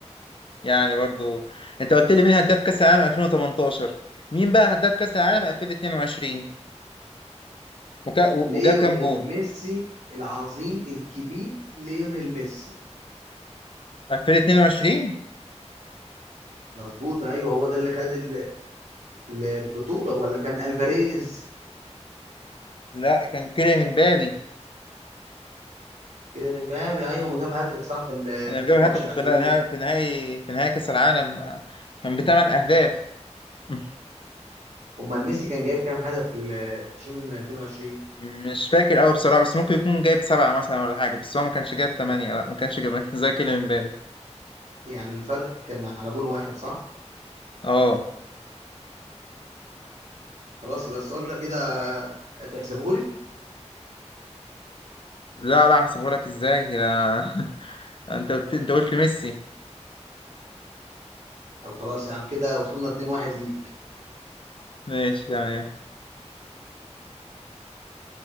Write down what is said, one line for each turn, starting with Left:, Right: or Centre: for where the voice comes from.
Left: يعني برضو انت قلت لي مين هداف كاس العالم 2018 مين بقى هداف كاس العالم 2022 وكا... و-
Right: ليونيل
Left: وجاب كام جون
Right: ميسي العظيم الكبير ليونيل ميسي
Left: 2022
Right: مظبوط ايوه هو ده اللي خد ال- البطوله ولا كان الفاريز
Left: لا كان كيليان امبابي
Right: كيليان امبابي ايوه ما جاب هاتريك صح في ال-
Left: لما جاب
Right: في الماتش
Left: هاتريك
Right: الاخير
Left: في نهائي في نهائي في نهائي كاس العالم آه، كان بثمان اهداف <laughs>
Right: امال ميسي كان جايب كام هدف في ال 2022
Left: مش فاكر قوي بصراحه بس ممكن يكون جايب سبعه مثلا ولا حاجه بس هو ما كانش جايب ثمانيه لا ما كانش جايب <laughs> زي كيليان امبابي
Right: يعني الفرق كان على جون واحد صح
Left: اه
Right: خلاص بس السؤال ده كده تحسبه لي
Left: لا لا هحسبه لك ازاي لا <laughs> انت قلت انت قلت ميسي
Right: طب خلاص يا عم كده وصلنا 2-1 ليك
Left: ماشي تمام